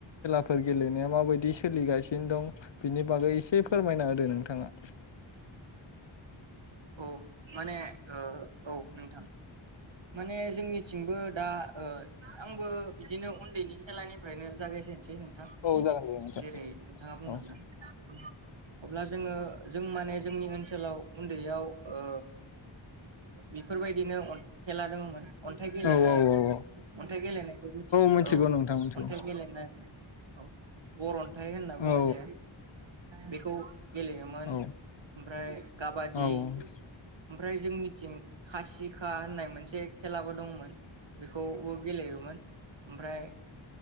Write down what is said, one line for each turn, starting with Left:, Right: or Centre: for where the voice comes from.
Left: फोर गेलेनायाव। माबायदि सोलिगासिनो दं। बिनि बागै एसे फोरमायना होदो नोंथाङा।
Right: औ माने ओ। औ नोंथां। माने जोंनिथिंबो दा ओ आंबो बिदिनो उन्दैनि खेलानिफ्रायनो जागायजेनसै। बे नोंथां
Left: औ जागोन दे नोंथां
Right: जेरै नोंथाङा बुंलांदों।
Left: औ
Right: अब्ला जोङो जों माने जोंनि ओनसोलाव उन्दैयाव ओ बेफोरबायदिनो। खेला दङमोन। अन्थाइ
Left: औ
Right: गेलनाय
Left: औ औ औ
Right: अन्थाइ गेलेनायखौ मिथियो दा
Left: मिथिगौ
Right: औ
Left: नोंथां मिथिगौ
Right: अन्थाइ गेलेनाय। औ बर'नि। दायो होनना बुङोजे।
Left: औ
Right: बेखौ। गेलेयोमोन
Left: औ
Right: ओमफ्राय काबादि।
Left: नोंथां
Right: ओमफ्राय जोंनिथिं खासिखा होननाय। मोनसे। खेलाबो दंमोन बेखौबो गेलेयोमोन ओमफ्राय।